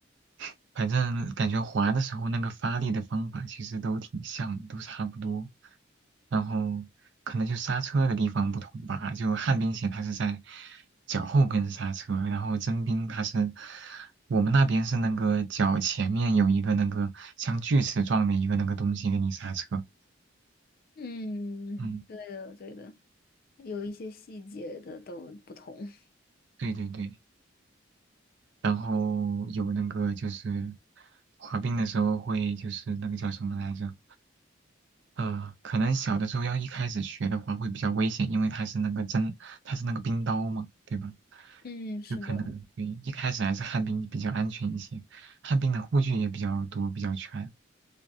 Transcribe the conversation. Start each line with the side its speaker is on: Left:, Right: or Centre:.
Right: <laughs> 反正感觉滑的时候那个发力的方法其实都挺像，都差不多。然后可能就刹车的地方不同吧，就旱冰鞋它是在脚后跟刹车，然后真冰它是我们那边是那个脚前面有一个那个像锯齿状的一个那个东西给你刹车。
Left: 嗯，
Right: 嗯。
Left: 对的，对的，有一些细节的都不同。<laughs>
Right: 对对对，然后有那个就是滑冰的时候会就是那个叫什么来着？呃，可能小的时候要一开始学的话会比较危险，因为它是那个针，它是那个冰刀嘛，对吧？
Left: 嗯，是的。
Right: 有可能对，一开始还是旱冰比较安全一些，旱冰的护具也比较多，比较全。